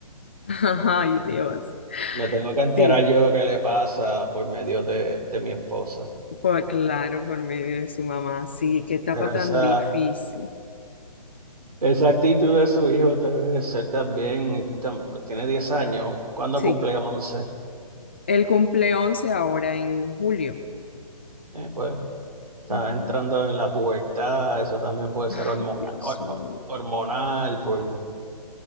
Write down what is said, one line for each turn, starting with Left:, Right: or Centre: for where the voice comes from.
Left: <laughs> Ay, Dios.
Right: Me tengo que enterar
Left: Sí,
Right: yo lo que le pasa por medio de, de mi esposa.
Left: Pues claro, por medio de su mamá. Sí, qué etapa
Right: Pero
Left: tan
Right: esa,
Left: difícil.
Right: Esa actitud de su hijo debe ser también, tam- tiene 10 años, cuando
Left: Sí,
Right: cumple 11?
Left: él cumple 11 ahora en julio.
Right: eh, pues está
Left: Ujú.
Right: entrando en la pubertad, eso también puede
Left: Ay,
Right: ser hormonal,
Left: Dios
Right: hor-
Left: mío.
Right: hor- hormonal por,